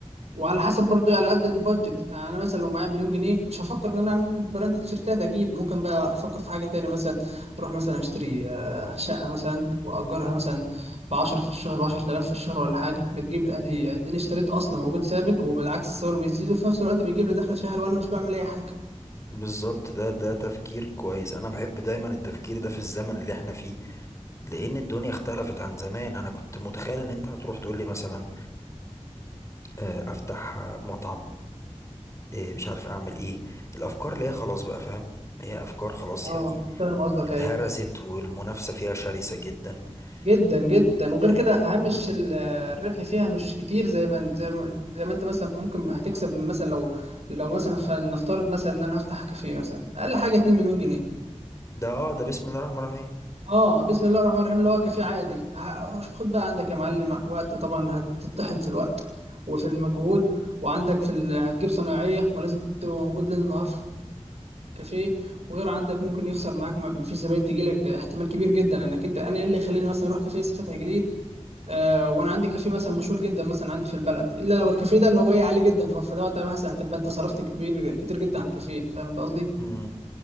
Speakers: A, on the right (about 65°); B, on the left (about 25°).
A: وعلى حسب برضو إيه، على قد البادجت يعني انا مثلا لو معايا مليون جنيه مش هفكر ان انا اعمل براند تيشيرتات اكيد ممكن بقى افكر في حاجه تانية مثلا اروح مثلا اشتري آه، شقه مثلا واجرها مثلا ب 10 في الشهر ب 10000 في الشهر ولا حاجه بتجيب ادي اديني اشتريت اصل موجود ثابت وبالعكس سعره بيزيد وفي نفس الوقت بيجيب لي دخل شهري وانا مش بعمل اي حاجه
B: بالظبط ده ده تفكير كويس انا بحب دايما التفكير ده في الزمن اللي احنا فيه لان الدنيا اختلفت عن زمان انا كنت متخيل ان انت هتروح تقول لي مثلا آه، افتح آه، مطعم آه، مش عارف اعمل ايه الافكار اللي هي خلاص بقى فاهم هي افكار خلاص
A: اه
B: يعني
A: فاهم قصدك
B: اتهرست
A: ايوه
B: والمنافسه فيها شرسه جدا
A: جدا جدا
B: وانت
A: وغير كده هامش
B: مم.
A: ال- الربح فيها مش كتير زي ما زي ما زي ما انت مثلا ممكن هتكسب من مثلا لو لو مثلا فلنفترض مثلا ان انا هفتح كافيه مثلا اقل حاجه 2 مليون جنيه
B: ده اه ده بسم الله الرحمن الرحيم
A: اه بسم الله الرحمن الرحيم اللي هو كافيه عادي ه- شوف، خد بقى عندك يا معلم وقت طبعا هتطحن في الوقت وفي المجهود وعندك في ال... هتجيب صنايعيه ولازم تبقى موجود ليل نهار في الكافيه وغير عندك ممكن يخسر معاك ما ما فيش زباين تجي لك ده احتمال كبير جدا لانك انت انا ايه اللي يخليني مثلا اروح كافيه لسه فاتح جديد آه، وانا عندي كافيه مثلا مشهور جدا مثلا عندي في البلد الا لو الكافيه ده اللي هو ايه عالي جدا ف- فده وقتها مثلا هتبقى انت صرفت كبير كتير جدا على الكافيه فاهم انت قصدي
B: مم.